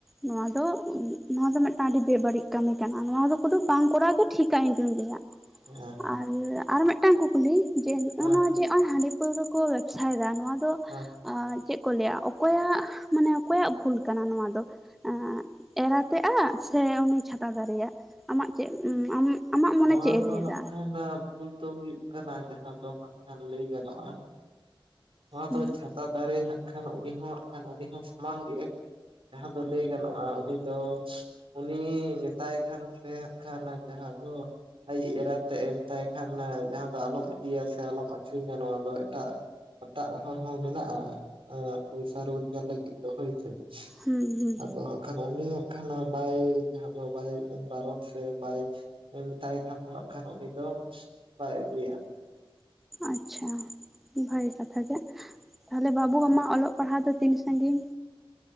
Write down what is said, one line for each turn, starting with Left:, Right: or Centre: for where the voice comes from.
Centre: ᱱᱚᱣᱟ ᱫᱚ ᱩᱸ ᱱᱚᱣᱟ ᱫᱚ ᱢᱮᱫᱴᱟᱝ ᱟᱹᱰᱤ ᱵᱮᱵᱟᱹᱲᱤᱡ ᱠᱟᱹᱢᱤ ᱠᱟᱱᱟ, ᱱᱚᱣᱟ ᱫᱚ ᱠᱚᱫᱚ ᱵᱟᱝ ᱠᱚᱨᱟᱣ ᱜᱮ ᱴᱷᱤᱠ ᱟ ᱤᱧᱫᱩᱧ ᱞᱟᱹᱭᱟ᱾
Right: ᱦᱮᱸ,
Centre: ᱟᱨ, ᱟᱨ ᱢᱮᱫᱴᱟᱝ ᱠᱩᱠᱞᱤ ᱡᱮ ᱱᱚᱜᱼᱱᱚᱣᱟ
Right: ᱦᱮᱸ
Centre: ᱡᱮ ᱦᱚᱸᱜᱼᱚᱭ ᱦᱟᱺᱰᱤ ᱯᱟᱹᱣᱨᱟᱹ ᱠᱚ ᱵᱮᱵᱽᱥᱟ ᱭᱮᱫᱟ ᱱᱚᱣᱟ ᱫᱚ
Right: ᱦᱮᱸ
Centre: ᱟᱸ ᱪᱮᱫ ᱠᱚ ᱞᱟᱹᱭᱟ ᱚᱠᱚᱭᱟᱜ ᱢᱟᱱᱮ ᱚᱠᱚᱭᱟᱜ ᱵᱷᱩᱞ ᱠᱟᱱᱟ ᱱᱚᱣᱟ ᱫᱚ? ᱮᱸ ᱮᱨᱟᱛᱮᱜᱼᱟᱜ ᱥᱮ ᱩᱱᱤ ᱪᱷᱟᱛᱟ ᱫᱟᱨᱮᱭᱟᱜ ᱟᱢᱟᱜ ᱪᱮᱫ ᱩᱸ ᱟᱢ? ᱟᱢᱟᱜ ᱢᱚᱱᱮ
Right: ᱱᱚᱣᱟ
Centre: ᱪᱮᱫ ᱮ
Right: ᱫᱚ
Centre: ᱞᱟᱹᱭᱫᱟ?
Right: ᱦᱟᱸᱜ ᱠᱷᱟᱱ ᱵᱷᱩᱞ ᱫᱚ ᱦᱩᱭᱩᱜ ᱠᱟᱱᱟ ᱡᱟᱦᱟᱸ ᱫᱚ ᱦᱟᱸᱜ ᱠᱷᱟᱱ ᱞᱟᱹᱭ ᱜᱟᱱᱚᱜᱼᱟ, ᱱᱚᱣᱟ
Centre: ᱦᱮᱸ
Right: ᱫᱚ ᱪᱷᱟᱛᱟ ᱫᱟᱨᱮ ᱦᱟᱸᱜ ᱠᱷᱟᱱ ᱩᱱᱤ ᱦᱚᱸᱣᱟᱦᱟᱸᱜ ᱠᱷᱟᱱ ᱩᱱᱤ ᱦᱚᱸ ᱥᱚᱢᱟᱱ ᱜᱮ, ᱡᱟᱦᱟᱸ ᱫᱚ ᱞᱟᱹᱭ ᱜᱟᱱᱚᱜᱼᱟ ᱩᱱᱤ ᱫᱚ ᱩᱱᱤ ᱢᱮᱛᱟᱭ ᱠᱷᱟᱱ ᱥᱮ ᱦᱟᱸᱜ ᱠᱷᱟᱱ ᱡᱟᱦᱟᱸ ᱫᱚ ᱟᱹᱭᱤᱡ ᱮᱨᱟ ᱛᱮᱜ ᱢᱮᱛᱟᱭ ᱠᱷᱟᱱ ᱡᱟᱦᱟᱸ ᱫᱚ ᱟᱞᱚᱢ ᱤᱫᱤᱭᱟ ᱥᱮ ᱟᱞᱚᱢ ᱟᱹᱠᱷᱨᱤᱧᱟ ᱱᱚᱣᱟ ᱫᱚ ᱮᱴᱟᱜ ᱮᱴᱟᱜ ᱦᱚᱨ ᱦᱚᱸ ᱢᱮᱱᱟᱜᱼᱟ ᱯᱚᱭᱥᱟ ᱨᱳᱡᱽᱜᱟᱨ ᱞᱟᱹᱜᱤᱫ ᱫᱚ ᱦᱳᱭᱥᱮ
Centre: ᱦᱩᱸ
Right: ᱾
Centre: ᱦᱩᱸ
Right: ᱟᱫᱚ - ᱠᱷᱟᱱ ᱩᱱᱤ ᱠᱷᱟᱱ ᱵᱟᱭ ᱡᱟᱦᱟᱸ ᱫᱚ ᱵᱟᱭ ᱵᱟᱨᱚᱱ ᱥᱮ ᱵᱟᱭ ᱢᱮᱛᱟᱭ ᱠᱷᱟᱱ ᱫᱚ ᱦᱟᱜ ᱠᱷᱟᱱ ᱩᱱᱤ ᱫᱚ ᱵᱟᱭ ᱟᱹᱜᱩᱭᱟ ᱾
Centre: ᱟᱪᱪᱷᱟ ᱵᱷᱟᱜᱤ ᱠᱟᱛᱷᱟ ᱜᱮ ᱛᱟᱦᱚᱞᱮ ᱵᱟᱹᱵᱩ ᱟᱢᱟᱜ ᱚᱞᱚᱜ ᱯᱟᱲᱦᱟᱜ ᱫᱚ ᱛᱤᱱ ᱥᱟᱟᱹᱜᱤᱧ?